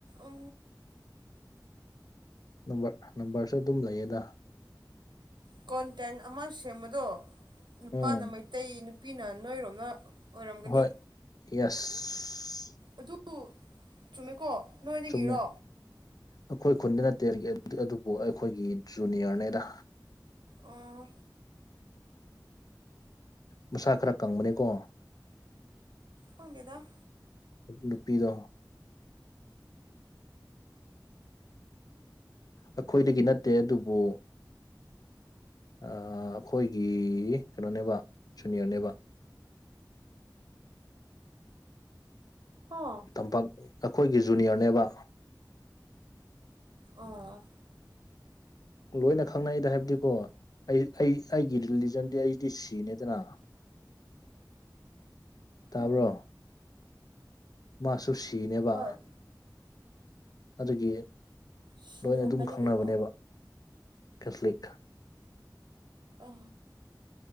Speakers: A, on the right; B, on the left.
A: ꯎ
B: ꯅꯝꯕꯔ ꯅꯝꯕꯔꯁꯨ ꯑꯗꯨꯝ ꯂꯩꯌꯦꯗ
A: ꯀꯣꯟꯇꯦꯟ ꯑꯃ ꯁꯦꯝꯕꯗꯣ ꯅꯨꯄꯥꯅ
B: ꯎꯝ
A: ꯃꯩꯇꯩ ꯅꯨꯄꯤꯅ ꯅꯣꯏꯔꯣꯝꯅ ꯑꯣꯏꯔꯝꯒꯅꯤ
B: ꯍꯣꯏ ꯌꯦꯁ
A: ꯑꯗꯨ ꯆꯨꯝꯃꯦꯀꯣ ꯅꯣꯏꯗꯒꯤꯔꯣ
B: ꯆꯨꯝꯃꯦ ꯑꯩꯈꯣꯏ ꯈꯨꯟꯗꯤ ꯅꯠꯇꯦ ꯑꯗꯨꯕꯨ ꯑꯩꯈꯣꯏꯒꯤ ꯖꯨꯅꯤꯌꯔꯅꯦꯗ
A: ꯑꯥ
B: ꯃꯁꯥ ꯈꯔ ꯀꯪꯕꯅꯤꯀꯣ
A: ꯍꯒꯦꯗ
B: ꯅꯨꯄꯤꯗꯣ ꯑꯩꯈꯣꯏꯗꯒꯤ ꯅꯠꯇꯦ ꯑꯗꯨꯕꯨ ꯑꯩꯈꯣꯏꯒꯤ ꯀꯩꯅꯣꯅꯦꯕ ꯁꯨꯅꯤꯌꯔꯅꯦꯕ
A: ꯍ
B: ꯇꯝꯄꯥꯛ ꯑꯩꯈꯣꯏꯒꯤ ꯖꯨꯅꯤꯌꯔꯅꯦꯕ
A: ꯑꯣ
B: ꯂꯣꯏꯅ ꯈꯪꯅꯩꯗ ꯍꯥꯏꯕꯗꯤꯀꯣ ꯑꯩ ꯑꯩ ꯑꯩꯒꯤ ꯔꯤꯂꯤꯖꯟꯗꯤ ꯑꯩꯗꯤ ꯁꯤꯅꯦꯗꯅ ꯇꯥꯕ꯭ꯔꯣ
A: ꯎꯝ
B: ꯃꯥꯁꯨ ꯁꯤꯅꯦꯕ
A: ꯍꯣꯏ
B: ꯑꯗꯨꯒꯤ
A: ꯁꯤ
B: ꯂꯣꯏꯅ ꯑꯗꯨꯝ
A: ꯍꯥꯏꯗꯤ
B: ꯈꯪꯅꯕꯅꯦꯕ
A: ꯀꯩꯅꯣ
B: ꯀꯦꯁꯂꯤꯛ
A: ꯎ